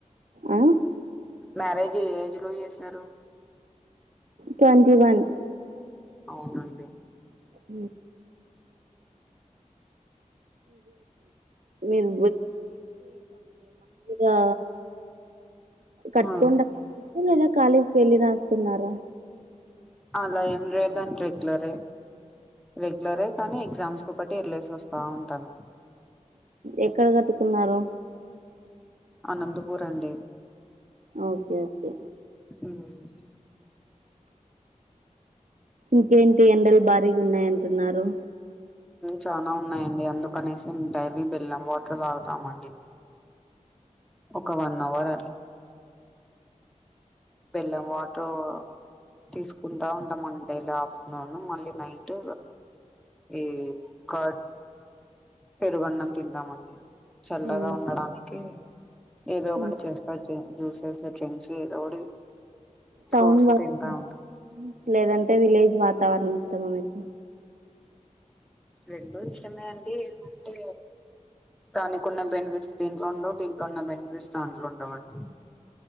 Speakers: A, on the right; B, in the centre.
A: ఆ
B: మ్యారేజ్ ఏ ఏజ్ లో చేశారు
A: ట్వంటీ వన్
B: అవునండి
A: అ మీరు గా కట్కుండా
B: ఆ
A: కాలేజీకి వెళ్ళి రాస్తున్నారా
B: అలా ఏం రలండి రెగ్యులరే రెగ్యులరే కానీ ఎగ్జామ్స్ ఒకటి ఎర్లేసి వస్తా ఉంటాను
A: ఎక్కడ కట్టుకున్నారు
B: అనంతపూర్ అండి
A: ఓకే ఓకే
B: ఇమ్మ్
A: ఇంకేంటి ఎండలు భారీగా ఉన్నాయి అంటున్నారు
B: చాలా ఉన్నాయండి అందుకు కానీసం డైలీ బెల్లం వాటర్ తాగుతామండి ఒక వన్ అవర్ అలా బెల్లం వాటర్ తీసుకుంటా ఉంటామండీ డేల ఆఫ్టర్నూన్ మళ్ళీ నైట్ ఈ కార్డ్ పెరుగన్నం తింటామండి చల్లగా
A: హ్మ్.
B: ఉండడానికి ఏదో
A: హ్మ్.
B: ఒకటి చేస్తా వచ్చేయండి జ్యూసెస్ డ్రింక్స్ ఏదో ఒకటి
A: టౌన్
B: ఫ్రూట్స్
A: వాతావరణం
B: తింటా ఉంటాం
A: లేదంటే విలేజ్ వాతావరణం ఉత్తమంతే
B: రెండడు ఇష్టమే అండింటే దానికి ఉన్న బెనిఫిట్స్ దీంట్లో ఉండవు దీంట్లో ఉన్న బెనిఫిట్స్ దాంట్లో ఉండవుండి